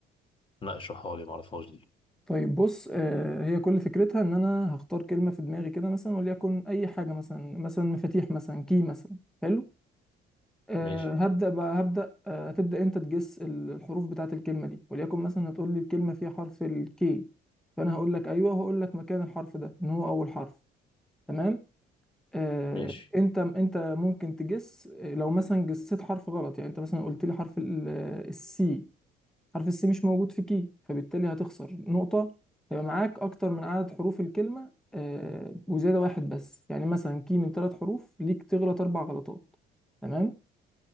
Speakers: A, on the left; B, in the centre.
A: لا اشرحها لي ما اعرفهاش دي
B: طيب بص أه هي كل فكرتها ان انا هختار كلمة في دماغي كده مثلا وليكن اي حاجة مثلا مثلا مفاتيح مثلا كي مثلا حلو أه
A: ماشي
B: هبدأ بقى هبدأ أه هتبدأ أنت تجس الحروف بتاعة الكلمة دي وليكن مثلا هتقول لي الكلمة فيها حرف الكي فأنا هقول لك أيوه وهقول لك مكان الحرف ده إن هو أول حرف تمام أه
A: ماشي
B: أنت أنت ممكن تجس آه، لو مثلا جسيت حرف غلط يعني أنت مثلا قلت لي حرف ال- السي حرف السي مش موجود في كي فبالتالي هتخسر نقطة هيبقى معاك أكتر من عدد حروف الكلمة أه وزيادة واحد بس يعني مثلا كي من ثلاث حروف ليك تغلط أربع غلطات تمام